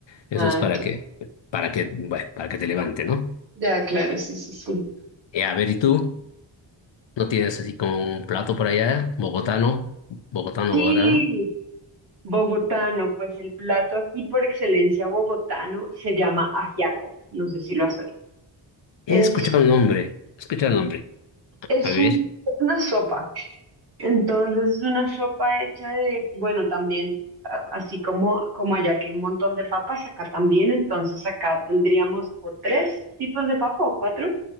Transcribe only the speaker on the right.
Ah,
claro.
Ya, claro, sí, sí, sí.
Sí,
bogotano, pues el plato aquí por excelencia bogotano se llama ajiaco, no sé si lo has oído.
Es,
es
un, es una sopa, entonces es una sopa hecha de, bueno, también, a- así como, como allá que hay un montón de papas, acá también, entonces acá tendríamos como tres tipos de papa o cuatro